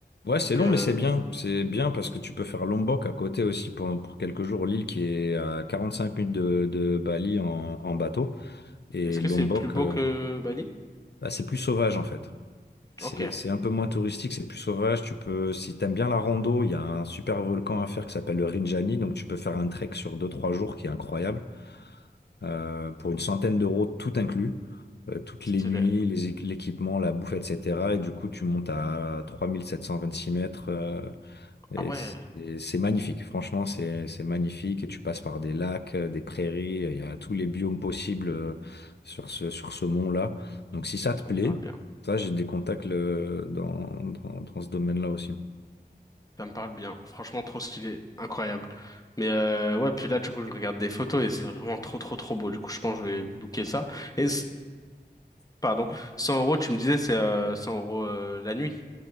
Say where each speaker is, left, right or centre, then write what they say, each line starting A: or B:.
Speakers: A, on the left; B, on the left.
A: Ouais, c'est
B: Donc,
A: long,
B: euh,
A: mais c'est bien. C'est bien parce que tu peux faire Lombok à côté aussi pour, pour quelques jours, l'île qui est à 45 minutes de, de Bali en, en bateau. Et
B: est-ce que
A: Lombok,
B: c'est plus beau
A: euh,
B: que Bali?
A: bah, c'est plus sauvage en fait. C'est
B: Ok,
A: c'est un peu moins touristique, c'est plus sauvage. Tu peux, si t'aimes bien la rando, il y a un super volcan à faire qui s'appelle le Rinjani. Donc tu peux faire un trek sur deux trois jours qui est incroyable. Euh, pour une centaine d'euros, tout inclus. Euh, toutes
B: stylé.
A: les nuits, les équ- l'équipement, la bouffe, etc. Et du coup, tu montes à 3726 mètres. euh, et
B: Ah ouais,
A: c'est et c'est magnifique, franchement, c'est c'est magnifique. Et tu passes par des lacs, euh, des prairies, il y a tous les biomes possibles euh, sur ce, sur ce mont-là. Donc si ça te
B: ça
A: plaît,
B: me parle bien.
A: ça, j'ai des contacts euh, dans, dans, dans ce domaine-là aussi.
B: Ça me parle bien. Franchement, trop stylé. Incroyable. Mais euh, ouais, puis là, du coup, je regarde des photos et c'est vraiment trop, trop, trop beau. Du coup, je pense que je vais booker ça. Et, c- pardon, 100 euros, tu me disais, c'est euh, 100 euros euh, la nuit,